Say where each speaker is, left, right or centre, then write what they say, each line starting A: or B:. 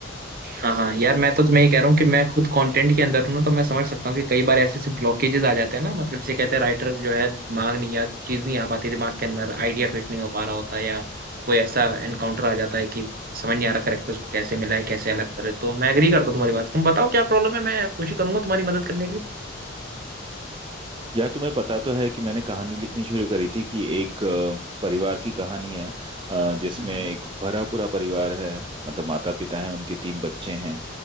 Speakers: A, on the right (about 50°); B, on the right (about 25°).
A: हाँ हाँ यार मैं तो तुम्हें ये कह रहा हूँ कि मैं खुद कंटेंट के अंदर हूँ ना तो मैं समझ सकता हूँ कि कई बार ऐसे ऐसे ब्लॉकेजेस आ जाते हैं ना मतलब जैसे कहते हैं राइटर जो है दिमाग नहीं या चीज नहीं आ पाती दिमाग के अंदर आइडिया फिट नहीं हो पा रहा होता या कोई ऐसा एनकाउंटर आ जाता है कि समझ नहीं आ रहा करेक्टर उसको कैसे मिला है कैसे अलग करे तो मैं एग्री करता हूँ तुम्हारी बात से। तुम बताओ क्या प्रॉब्लम है मैं कोशिश करूंगा तुम्हारी मदद करने की
B: यार तुम्हें पता तो है कि मैंने कहानी लिखनी शुरू करी थी कि एक अ, परिवार की कहानी है अ, जिसमें
A: हम्म
B: एक भरा पूरा परिवार है मतलब माता पिता हैं उनके तीन बच्चे हैं